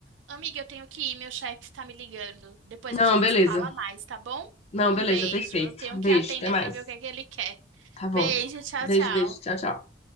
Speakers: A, on the right; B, on the left.
A: amiga, eu tenho que ir, meu chefe tá me ligando. Depois
B: Não,
A: a gente
B: beleza.
A: se fala mais, tá bom?
B: Não,
A: Um
B: beleza,
A: beijo.
B: perfeito.
A: Eu tenho que
B: Beijo,
A: atender
B: até mais.
A: pra ver o que é que ele quer.
B: Tá bom.
A: Beijo, tchau,
B: Beijo,
A: tchau.
B: beijo. Tchau, tchau.